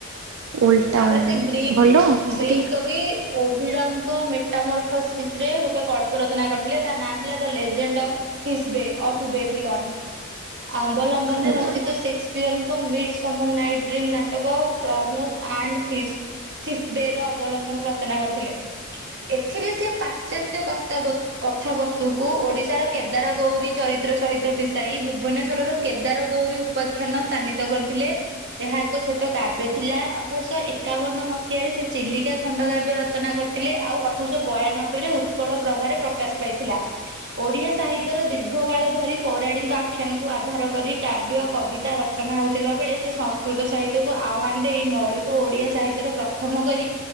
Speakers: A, on the right; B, on the right.
A: ଓଲ୍ଡ ଟାଉନ
B: ତାପରେ ସେ ଗ୍ରୀିକ୍
A: ଭଲ ସେଠି
B: ଗ୍ରୀିକ୍ କବି। ଓଭିଡଙ୍କ ମେଟାମରଫସିସ୍ ରେ ଗୋଟେ ଗ। ଗଳ୍ପ ରଚନା କରିଥିଲେ ତାର ନାଁ ଥିଲା ଦ ଲେଜେଣ୍ଡ ଅଫ୍ ଥିସ୍ ବେ ଅଫ୍ ବେବିଲନ୍। ଅବଲମ୍ବନରେ
A: ଆଚ୍ଛା
B: ରଚିତ Shakespeare midsummer night dream ନାଟକ ପ୍ରମୋସ ଆଣ୍ଡ ଥେସ୍। ଥିସବେର ଅବଲମ୍ବନ ରଚନା କରିଥିଲେ ଏଥିରେ ସେ ପାଶ୍ଚାତ୍ୟ କସ୍ତାବ। କଥାବସ୍ତୁକୁ ଓଡିଶାର କେଦାରଗୌରୀ ଚରିତ୍ର ସହିତ ମିଶାଇ ଭୁବନେ। ଶ୍ୱର କେଦାରଗୌରୀ ଉପାଖ୍ୟାନ ସ୍ଥାନିତ କରିଥିଲେ। ଏହା ଏକ ଛୋଟ କାବ୍ୟ ଥିଲା ଅଠରଶହ ଏକାବନ ମସିହାରେ ସେ ଚିଲିକା ଖଣ୍ଡ କାବ୍ୟ ରଚନା କରି। ଥିଲେ ଆଉ ଅଠରଶହ ବୟାନବେ ରେ ଉତ୍କଳ ପ୍ରଭାବରେ ପ୍ରକାଶ ପାଇଥିଲା। ଓଡିଆ ସାହିତ୍ୟର ଦୀର୍ଘ କାଳ ଧରି ପୌରାଣିକ ଆଖ୍ୟାନକୁ ଆଧାର କରି। କାବ୍ୟ କବିତା ରଚନା ହେଉଥିବା ବେଳେ ସେ ସଂସ୍କୃତ ସାହିତ୍ୟକୁ ଆହ୍ୱାନ ଦେଇ। ମୌଳିକ ଓଡିଆ ସାହିତ୍ୟର ପ୍ର। ପ୍ରଥମ କରି